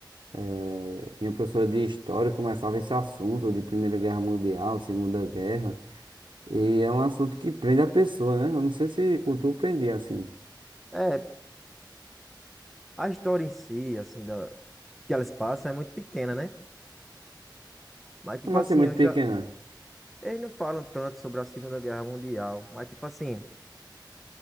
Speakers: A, on the right; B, in the centre.
A: eh, minha professora de história começava esse assunto de Primeira Guerra Mundial, Segunda Guerra, e é um assunto que prende a pessoa, né? Eu não sei se com tu prendia assim.
B: É, A história em si, assim, da, que elas passam é muito pequena, né? Mas, tipo
A: Como
B: assim,
A: assim, muito
B: eu
A: pequena?
B: já. Eles não falam tanto sobre a Segunda Guerra Mundial, mas, tipo assim,